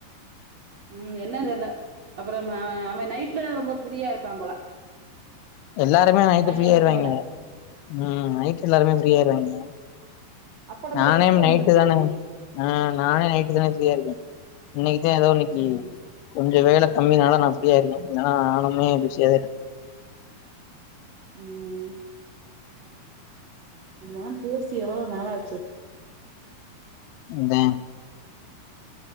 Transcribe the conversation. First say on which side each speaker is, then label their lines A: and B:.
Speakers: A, on the right; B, on the left.
A: ம் என்ன தெர்ல அப்றம் ஆ அவ நைட்ல ரொம்ப பிரியா இருப்பாம் போல
B: எல்லாருமே நைட்டு
A: சாயங்காலத்துக்கு
B: ஃப்ரீயாயிருவாய்ங்க
A: மேல
B: ம் நைட் எல்லாருமே ஃப்ரீயாயிருவாய்ங்க
A: அப்ப நம்மளுக்கு
B: நானே
A: தூக்க
B: நைட்டு
A: வந்துருதுனே
B: தானே ஆ நானே நைட்டு தானே ஃப்ரியா இருக்கே இன்னைக்கிதா ஏதோ இன்னைக்கி
A: ம்
B: கொஞ்சொ வேல கம்மினால நா ஃப்ரீயா இருக்கே இல்லனா நானுமே பிசியா தா இருப்பே
A: ம் நீங்கல்லா பேசி எவ்வளோ நாளாச்சு
B: அதா